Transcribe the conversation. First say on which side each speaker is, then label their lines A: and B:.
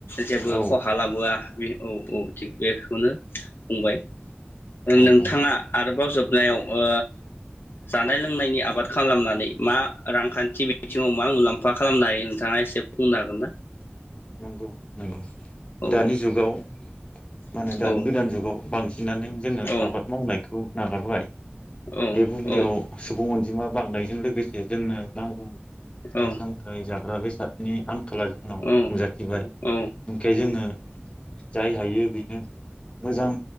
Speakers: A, on the left; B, on the left.
A: जेबो
B: औ नंगौ औ
A: खहा लाबोआ बे औ औ थिग बेखौनो बुंबाय
B: औ
A: नोंथाङा
B: औ
A: आरोबाव जोब नायाव ओ जानाय लोंनायनि आबाद खालामनानै मा रांखान्थि बिथिङाव मा मुलाम्फा खालामनो हायो नोंथाङा एसे बुंनो हागोन ना?
B: नंगौ। नंगौ।
A: औ
B: दानि जुगाव मा होनो दानि
A: औ
B: गोदान जुगाव बांसिनानो जोङो
A: औ
B: आबाद मावनायखौ नागारबाय।
A: औ
B: बे बुब्लियाव
A: औ
B: सुबुं अनजिमा बांनाय जों लोगोसे <unintelligible> फिथाइ
A: औ
B: सामथ जादों <unintelligible> बेसादनि आं खाला जोंनाव
A: औ
B: नुजाथिबाय
A: औ
B: ओमखाय जोङो जाय हायो बेनो मोजां